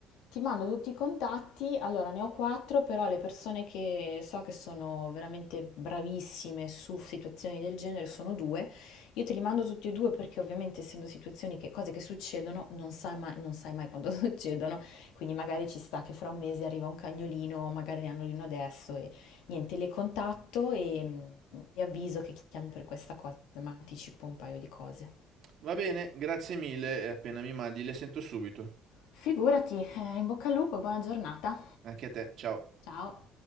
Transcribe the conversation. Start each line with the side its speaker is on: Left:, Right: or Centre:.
Left: Ti mando tutti i contatti, allora ne ho quattro, però le persone che so che sono veramente bravissime su situazioni del genere sono due. Io te li mando tutti e due perché ovviamente essendo situazioni che, cose che succedono, non sai, mai, non sai mai quando <laughs> succedono, quindi magari ci sta che fra un mese arriva un cagnolino, magari ne hanno uno adesso e niente, le contatto e, mm, e avviso che chiami per questa cosa, ma anticipo un paio di cose.
Right: Va bene, grazie mille e appena mi mandi le sento subito.
Left: Figurati, eh, in bocca al lupo e buona giornata.
Right: Anche a te, ciao.
Left: Ciao.